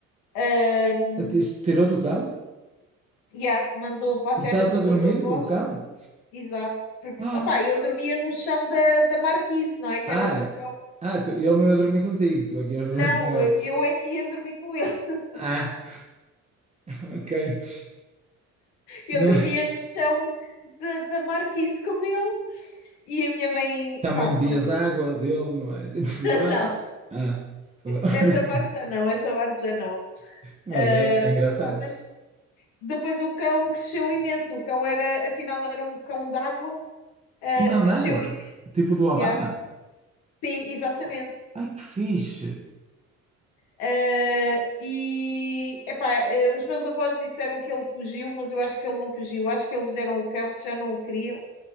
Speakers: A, on the left; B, on the right.
A: Ahm,
B: <laughs> Até isto Tirou do cão?
A: yeah, mandou para a
B: Porque
A: terra
B: estás
A: dos
B: a
A: meus
B: dormir
A: avós,
B: com o cão?
A: exato, porque
B: Ah,
A: opá, eu dormia no chão da, da marquise, não é? Que
B: ah,
A: era onde o cão.
B: ah, tu- ele não ia dormir contigo, tu é que ias dormir
A: Não,
B: com ele.
A: eu, eu é que ia dormir com ele. <laughs>
B: Ah, <laughs> ok.
A: Eu
B: Não,
A: dormia no chão da da marquise com ele e a minha mãe,
B: Também
A: pá,
B: bebias
A: pronto,
B: água dele, não é? <laughs> Tipo,
A: <laughs>
B: ah,
A: não,
B: ah, pô. <laughs>
A: essa parte já não, essa parte já não.
B: Mas
A: Ah,
B: é, é engraçado.
A: epá, mas Depois o cão cresceu imenso. O cão era, afinal, era um cão d'água. ah,
B: Um cão
A: cresceu
B: d'água,
A: imenso.
B: tipo do Obama.
A: Yeah. Sim, exatamente.
B: Ai, que fixe!
A: Ah, e epá, ah, os meus avós disseram que ele fugiu, mas eu acho que ele não fugiu. Acho que eles deram o cão que já não o queriam.